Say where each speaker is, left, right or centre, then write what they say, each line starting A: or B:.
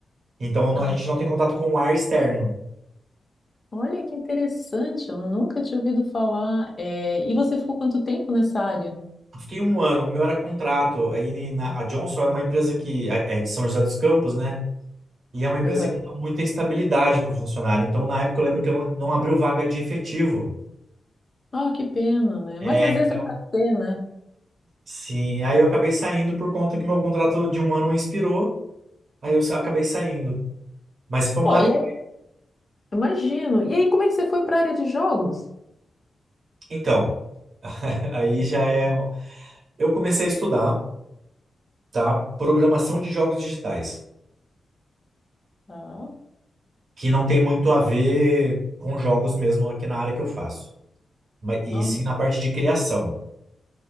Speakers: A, on the right (about 50°); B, on the left (about 25°).
A: Então não-
B: Ah,
A: a gente não tem contato com o ar externo.
B: olha que interessante, eu nunca tinha ouvido falar. É, E você ficou quanto tempo nessa área?
A: Eu Fiquei um ano, o meu era contrato. Aí na, a Johnson é uma empresa que é é de São José dos Campos, né? E é uma empresa
B: Aham.
A: que dá muita estabilidade para o funcionário. Então na época eu lembro que eu não, não abriu vaga de efetivo.
B: Ah, que pena, né?
A: É,
B: Mas às vezes
A: então
B: é para ser, né?
A: sim. Aí eu acabei saindo por conta que meu contrato de um ano expirou. Aí eu sa- acabei saindo. Mas foi
B: Pô,
A: uma área.
B: e aí, imagino. E aí, como é que você foi para a área de jogos?
A: Então, <laughs> aí já é. um, Eu comecei a estudar. tá? Programação de jogos digitais,
B: Ah,
A: que não tem muito a ver com jogos mesmo aqui na área que eu faço, mas e
B: ó.
A: sim na parte de criação.